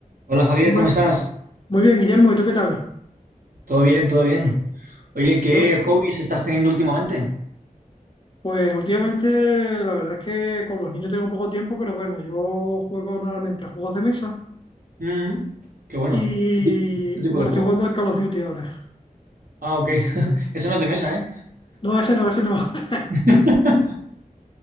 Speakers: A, on the right (about 75°); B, on the left (about 35°).
A: Hola Javier,
B: Muy
A: ¿cómo estás?
B: muy bien, Guillermo, ¿y tú qué tal?
A: ¿Todo bien? ¿Todo bien? Oye, ¿qué
B: ¿No?
A: hobbies estás teniendo últimamente?
B: Pues últimamente la verdad es que con los niños tengo poco tiempo, pero bueno, yo juego normalmente a juegos de mesa
A: Mm, qué bueno.
B: y
A: ¿Qué tipo, qué tipo
B: bueno,
A: de juego?
B: estoy jugando al Call of Duty ahora.
A: Ah, ok. <laughs> Eso no es de mesa, ¿eh?
B: No, ese no, ese no. <laughs>
A: <laughs>